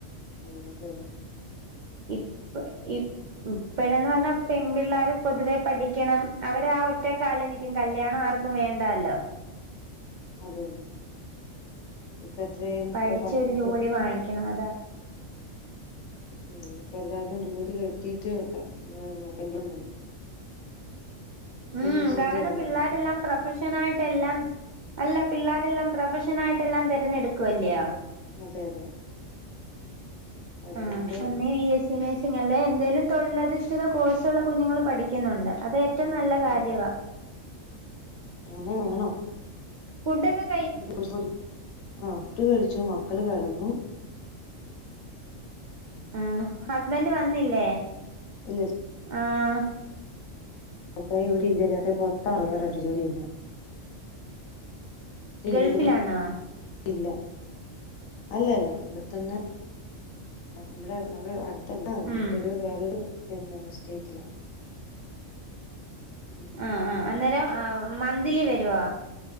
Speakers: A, on the left; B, on the right.
A: ആഹ് അതന്നെ
B: ഇപ്പ ഇപ്പ ഇപ്പഴന്നാ പറഞ്ഞ
A: ഉം.
B: പെൺ പെൺ പിള്ളേർ പൊതുവേ പഠിക്കണം അവര് ആ ഒറ്റക്കാലെ നിൽക്കും കല്യാണം ആർക്കും വേണ്ടാല്ലോ
A: അതെന്നെ ഇപ്പ എത്രയാലും
B: പഠിച്ച്
A: ഇപ്പ പത്ത്
B: ഒരു
A: മുപ്പത്
B: ജോലി വാങ്ങിക്കണം അതാണ്
A: ഉം ഇപ്പ എല്ലാർക്കും ജോലി കിട്ടീട്ട് കല്യാണം മതി
B: ഉം
A: അങ്ങനൊരു ചിന്തയാണല്ലോ
B: കാരണം പിള്ളേരെല്ലാം പ്രൊഫഷ പ്രൊഫഷനായിടെല്ലാം അല്ല പിള്ളാരെല്ലാം പ്രൊഫഷനായിട്ടെല്ലാം തിരഞ്ഞെടുക്കുവല്ലിയോ
A: അതെ അതെ അതുകൊണ്ട്
B: ആഹ് ഒന്നേ ബി എസ് സി നേഴ്സി ങ്ങല്ലേ എന്തേലും തൊഴിലധിഷ്ഠിത കോഴ്സുകൾ കുഞ്ഞുങ്ങള് പഠിക്കുന്നുണ്ട് അതേറ്റവും നല്ല കാര്യവാ
A: ഉം അങ്ങനെ വേണം
B: ഫുഡ്‌ ഒക്കെ
A: <unintelligible> ആ ഫുഡ് കഴിച്ചു മക്കള് കെടന്നു
B: ആഹ് ഹസ്ബൻഡ് വന്നില്ലേ
A: ഇല്ല
B: ആഹ്
A: ഇപ്പ ഇവിട ഇല്ല ചേട്ട പൊറത്താണ് വേറാട്ട് ജോലി ചെയ്യന്നെ
B: ഗൾഫിലാണോ
A: ഇല്ല ഇവിടെ ഇല്ല അല്ല അല്ല ഇവിടെ തന്നെ നമ്മ നമ്മള് അടു ത്തല്ല മറ്റൊരു
B: ഉം
A: വേറൊരു പിന്നെ സ്റ്റേറ്റിലാ ഉം
B: ആഹ് ആഹ് അന്നേരം ആ മന്ത്ലി വരുവോ